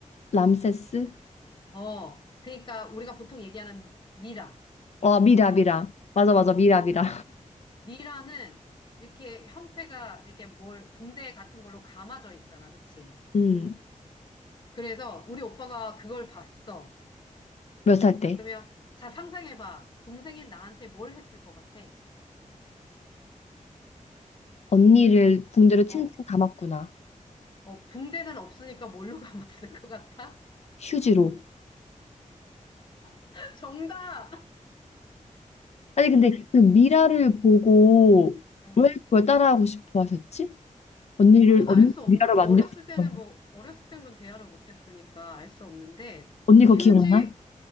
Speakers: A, on the left (about 55°); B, on the left (about 35°).
A: 람세스?
B: 어, 그러니까 우리가 보통 얘기하는 미라.
A: 어, 미라, 미라. 맞아,
B: 어,
A: 맞아, 미라, 미라.
B: 그치. 미라는 이렇게 형태가 이렇게 뭘 붕대 같은 걸로 감아져 있잖아. 그치.
A: 음,
B: 그래서 우리 오빠가 그걸 봤어.
A: 몇 살 때?
B: 그러면 자, 상상해봐. 동생인 나한테 뭘 했을 것 같아?
A: 언니를 붕대로 칭칭
B: 어,
A: 감았구나.
B: 어, 붕대는 없으니까 뭘로 <laughs> 감았을 것 같아?
A: 휴지로.
B: <laughs> 정답!
A: 아니, 근데 그 미라를 보고
B: 응.
A: 왜 그걸 따라하고 싶어 하셨지? 언니를,
B: 그건
A: 언니
B: 알 수 없,
A: 미라를 만들고
B: 어렸을
A: 싶어.
B: 때는 뭐, 어렸을 땐 그런 대화를 못 했으니까 알 수 없는데,
A: 언니 그거
B: 휴지,
A: 기억나?